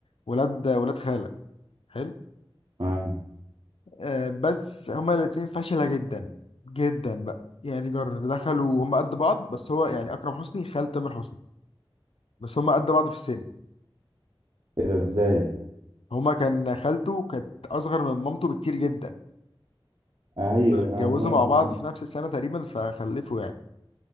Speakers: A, on the left (about 90°); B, on the right (about 60°).
A: ولاد ولاد خالة حلو
B: آه.
A: آه بس هما الاتنين فاشلة جدا جدا بقى يعني جر دخلوا هما قد بعض بس هو يعني اكرم حسني خال تامر حسني بس هما قد بعض في السن
B: ايه ده ازاي
A: هما كان خالته كانت اصغر من مامته بكتير جدا
B: ايوه
A: اتجوزوا
B: اه آه،
A: مع بعض
B: فهمت
A: في نفس السنة تقريبا فخلفوا يعني